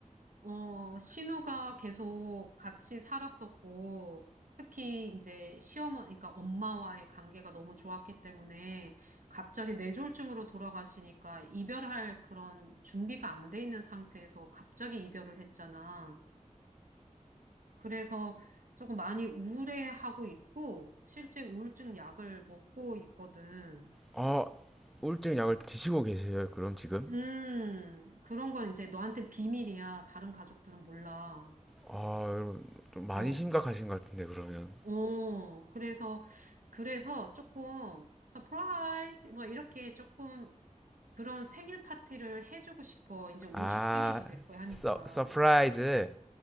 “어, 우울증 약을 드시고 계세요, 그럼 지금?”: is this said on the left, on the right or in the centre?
Centre